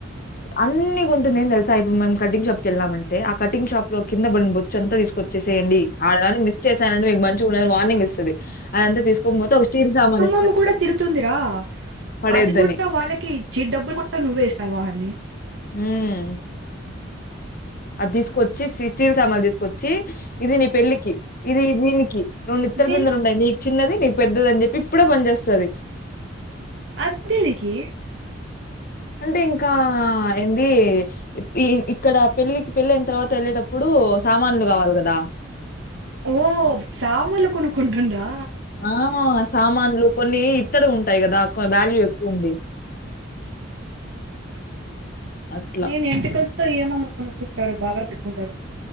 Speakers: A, on the left; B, on the right.
A: అన్ని కొంటుందోతెల్సా ఇప్పుడు మేం కటింగ్ షాప్ కి వెళ్ళామంటే ఆ కటింగ్ షాప్ లో కి పడినొ బొ చంతా తీసుకొచ్చేసేయండి అడగాని మిస్ చేశానంటే మీకు మంచిగా ఉని వార్నింగ్ ఇస్తుంది. అదంతా తీసుకోనీ పోతే ఒక స్టీల్ సామాన్
B: అమ్మ కూడా తిడుతుందిరా
A: పడేయొద్దని.
B: అది కూడా వాళ్ళకే ఇచ్చి డబ్బులు కూడా నువ్వేస్తాహని
A: ఉమ్మ్ అది తీసుకొచ్చి సి స్టీల్ మాల్ తీసుకొ ఇది నీ పెళ్ళికి ఇది దీనికి రెండు ఇత్తడి
B: దేని
A: బిందలు ఉండయి నీకు చిన్నది నీకు పెద్దది అని చెప్పి ఇప్పుడే పంచెస్తది చేేస్తుది.
B: అదదేనికి
A: అంటే ఇంకా ఏంది ఈ ఇక్కడ పెళ్ళికి పెళ్ళన తర్వాత వెళ్ళేటప్పుడు సామాన్లు కావాలి కదా
B: ఓ సామలు కొను కొనుకుంటుందా
A: ఆ సామాన్లు కొన్ని ఇత్తడి ఉ ఉంటాయి కదాకొని వాల్యూ ఎక్కువ ఉంది అట్లా
B: నేను ఎంటకలతో ఏమమ్మ కొనుక్కుంటారు బాగా పెట్టుకుంటార